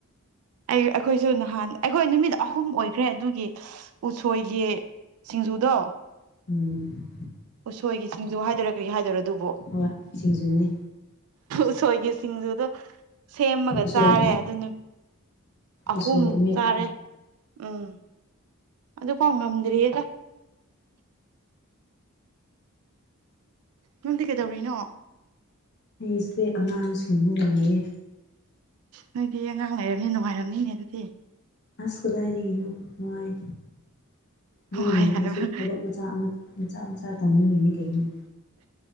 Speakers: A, on the right (about 80°); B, on the left (about 50°).
A: ꯑꯩ ꯑꯩꯈꯣꯏꯁꯨ ꯅꯍꯥꯟ ꯑꯩꯈꯣꯏ ꯅꯨꯃꯤꯠ ꯑꯍꯨꯝ ꯑꯣꯏꯈ꯭ꯔꯦ ꯑꯗꯨꯒꯤ ꯎꯁꯣꯏꯒꯤ ꯁꯤꯡꯖꯨꯗꯣ
B: ꯎꯝ
A: ꯎꯁꯣꯏꯒꯤ ꯁꯤꯡꯖꯨ ꯍꯥꯏꯗꯔꯛ ꯀꯒꯤ ꯍꯥꯏꯗꯣꯏꯔ ꯑꯗꯨꯕꯨꯣ
B: ꯍꯣꯏ ꯁꯤꯡꯖꯨꯅꯦ
A: ꯎꯁꯣꯏꯒꯤ ꯁꯤꯡꯖꯨꯗꯣ ꯁꯦꯝꯃꯒ
B: ꯎꯁꯣꯏ
A: ꯆꯥꯔꯦ ꯑꯗꯨ ꯅꯨ ꯑꯍꯨꯝ
B: ꯎꯁꯣꯏ ꯑꯃꯦꯠꯄ
A: ꯆꯥꯔꯦ ꯎꯝ ꯑꯗꯨꯐꯥꯎ ꯉꯝ ꯇꯔꯤꯒ ꯅꯨꯡꯗꯤ ꯀꯩꯗꯧꯔꯤꯅꯣ
B: ꯏꯁꯗ ꯑꯉꯥꯡ ꯁꯃꯒꯅꯦꯌꯦ
A: ꯅꯣꯏꯗꯤ ꯑꯉꯥꯡ ꯂꯩꯔꯕꯅꯤ ꯅꯨꯡꯉꯥꯏꯔꯝꯅꯤꯅꯦ ꯑꯗꯨꯗꯤ
B: ꯑꯁ ꯀꯗꯥꯏꯗꯅꯣ ꯅꯨꯡꯉꯥꯏ ꯅꯣꯏꯒꯨꯝꯅ
A: ꯋꯥꯏ
B: ꯑꯩꯁꯨ
A: ꯍꯥꯏꯕ
B: ꯊꯕꯛ ꯃꯆꯥ ꯑꯃ ꯃꯁꯥ ꯃꯁꯥ ꯇꯧꯅꯤ ꯃ ꯀꯩꯅꯤ